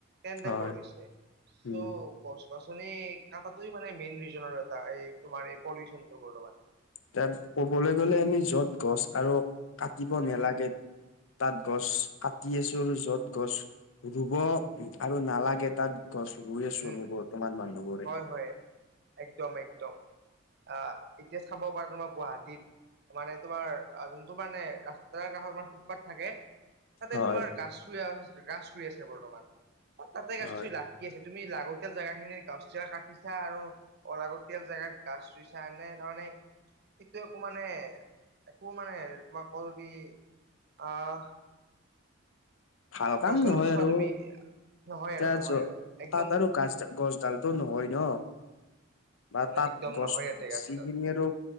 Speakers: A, on the right; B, on the left.
A: ন
B: হয়
A: টাইপৰ হৈছে চৌ
B: উম
A: গছ- গছনি কটাটো মানে মেইন ৰিজন আৰু এটা এই তোমাৰ এই পলিউশনটো বৰ্তমান
B: তাত ক'বলৈ গ'লে আমি য'ত গছ আৰু কাটিব নালাগে। তাত গছ, কাটি আছো আৰু যত গছ ৰুব আৰু নালাগে। তাত গছ ৰুই আছো
A: উম
B: আমি বৰ্তমান মানুহবোৰে
A: হয় হয় একদম একদম আহ এতিয়া চাব পাৰা তোমাৰ গুৱাহাটীত মানে তোমাৰ যোনটো মানে ৰাস্তাৰ কাষত মানে ফুটপাথ থাকে। তাতে
B: হয়
A: তোমাৰ গাছ ৰুই আছে গাছ ৰুই আছে বৰ্তমান অ তাতে গাছ
B: হয়।
A: ৰুই লাভ কি আছে। তুমি লাগতিয়াল জোগা খিনিৰ গছ গিলা কাটিছা আৰু অলাগতিয়াল জেগাত গাছ ৰুইছা এনে ধৰণে সেইটো একো মানে। একো মানে তোমাক ক যদি আহ-
B: ভাল কাম
A: গছডালটো
B: নহয়।
A: চোৱা
B: আৰু
A: তুমি নহয়
B: এতিয়া
A: আৰু নহয়
B: জ
A: আৰু একদম
B: কাঠ আৰু গাছ
A: উম
B: গছডালটো নহয় ন বা তাত
A: একদম
B: গছ
A: নহয় ইয়াতে গাছডাল
B: যিখিনি আৰু